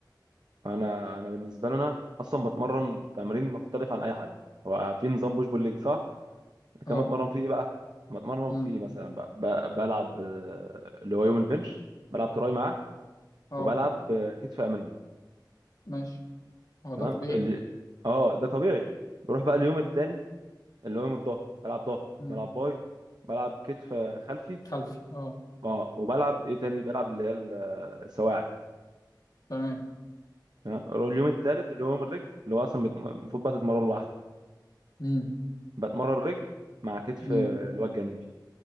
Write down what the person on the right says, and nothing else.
انا انا بالنسبه لي انا اصلا بتمرن تمرين مختلف عن اي حد هو في نظام بوش بول ليج صح أنا
كمان بتمرن فيه إيه بقى بتمرن
فيه مثلا ب... ب... بلعب آه، اللي هو يوم البنش بلعب تراي معاه
وبلعب آه، كتف امامي
تمام
اللي اه ده طبيعي بروح بقى
اليوم التاني اللي هو يوم الظهر بلعب ظهر
بلعب باي بلعب كتف آه، خلفي
اه وبلعب ايه تاني بلعب اللي هي ال- آه، السواعد
تمام اليوم التالت اللي هو يوم الرجل اللي هو اصلا بت- المفروض بقى تتمرن لوحده
بتمرن الرجل مع كتف
آه، اللي هو الجانبي